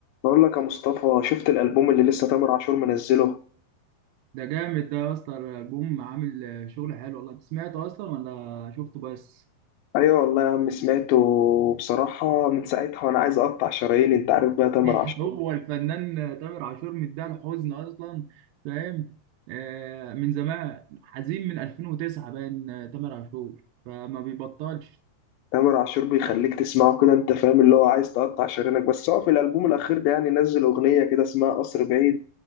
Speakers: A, on the left; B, on the right.
A: بقول لك يا مصطفى شفت الألبوم اللي لسه تامر عاشور منزله
B: ده جامد ده يا اسطى الالبوم عامل آه، شغل حلو والله انت سمعته اصلا ولا شفته بس
A: ايوه والله يا عم سمعته بصراحة من ساعتها وانا عايز اقطع شراييني انت عارف بقى تامر
B: <laughs>
A: عاشور
B: هو الفنان آه، تامر عاشور مديها الحزن اصلا فاهم آه من زمان حزين من 2009 باين آه، تامر عاشور فما بيبطلش
A: تامر عاشور بيخليك تسمعه كده انت فاهم اللي هو عايز تقطع شرايينك بس هو في الألبوم الأخير ده يعني نزل أغنية كده اسمها قصر بعيد